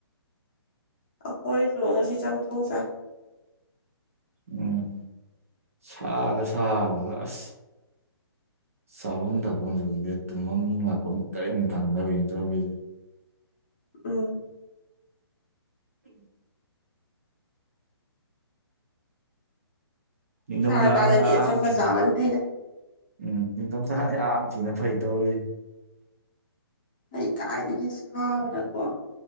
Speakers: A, on the left (about 20°); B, on the right (about 35°).
A: ꯑꯩꯈꯣꯏꯁꯨ ꯉꯁꯤ ꯆꯥꯝꯊꯣꯡ ꯆꯥꯏ
B: ꯎꯝ ꯁꯥꯒ ꯁꯥꯕ ꯑꯁ ꯆꯥꯐꯝ ꯊꯛꯐꯝ ꯆꯒꯪꯗꯦ ꯇꯨꯝꯐꯝ ꯂꯥꯛꯐꯝ ꯇꯔꯦꯠ ꯊꯥꯡꯗꯋꯅ ꯇꯧꯔꯤꯁꯦ <unintelligible>
A: ꯎꯝ
B: ꯎꯝ ꯢꯡꯊꯝ
A: ꯎ ꯁꯥꯔꯀꯥꯟꯗꯗꯤ
B: ꯊꯥ ꯌꯥꯝ
A: ꯑꯆꯝꯕ
B: ꯊꯤꯐꯩ
A: ꯆꯥꯕꯅ ꯐꯩꯗ
B: ꯎꯝ ꯑꯥꯝ ꯊꯤꯅ ꯐꯩ ꯇꯧꯋꯦ
A: ꯑꯩ ꯀꯥꯏꯗꯒꯤ ꯁꯥꯕꯔꯀꯣ